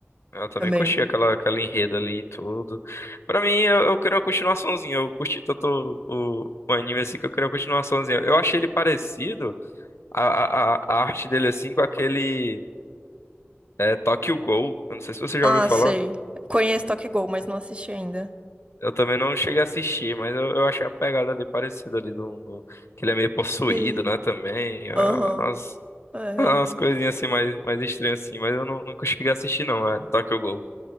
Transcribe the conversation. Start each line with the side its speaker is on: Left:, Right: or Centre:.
Left: Eu também
Right: também.
Left: curti aquela, aquela enredo ali e tudo. Pra mim, eu, eu queria uma continuaçãozinha. Eu curti tanto o, o anime assim que eu queria uma continuaçãozinha. Eu achei ele parecido, a, a, a a arte dele assim, com aquele é, Tokyo Ghoul. Eu não sei se você já
Right: Ah,
Left: ouviu falar.
Right: sei. Conheço Tokyo Ghoul, mas não assisti ainda.
Left: Eu também não cheguei a assistir, mas eu, eu achei a pegada ali parecida ali do, do- que ele é meio possuído,
Right: Sim.
Left: né, também. Ah,
Right: Aham.
Left: As,
Right: É, realmente.
Left: as coisinhas assim mais, mais estranhas assim, mas eu não- nunca cheguei a assistir não, é Tokyo Ghoul.